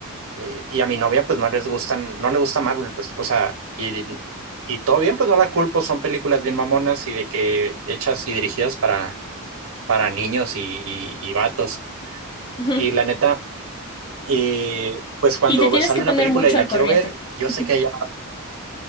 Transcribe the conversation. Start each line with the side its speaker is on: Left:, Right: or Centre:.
Right: eh, y a mi novia pues no les gustan, no le gusta Marvel, pues, o sea, y, y todo bien, pues no la culpo, son películas bien mamonas y de que hechas y dirigidas para, para niños y, y, y vatos.
Left: <laughs> Ujú.
Right: Y la neta, eh, pues cuando
Left: Y te tienes
Right: sale
Left: que
Right: una
Left: poner
Right: película
Left: mucho
Right: y la
Left: al
Right: quiero
Left: corriente.
Right: ver, yo
Left: Ujú.
Right: sé que hay